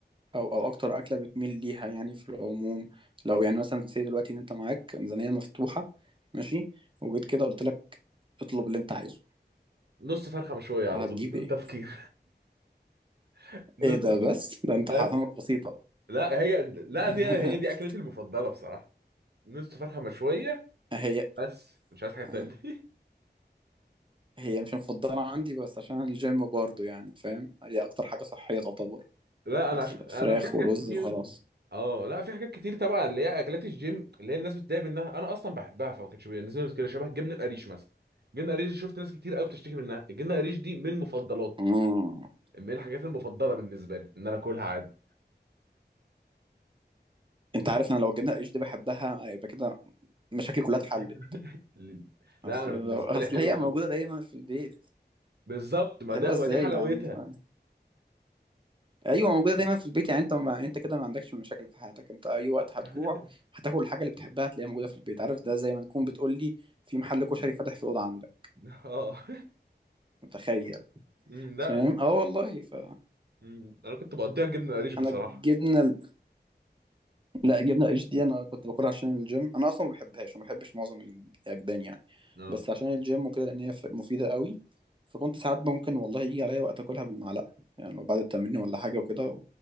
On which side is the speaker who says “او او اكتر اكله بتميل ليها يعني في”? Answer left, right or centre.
Right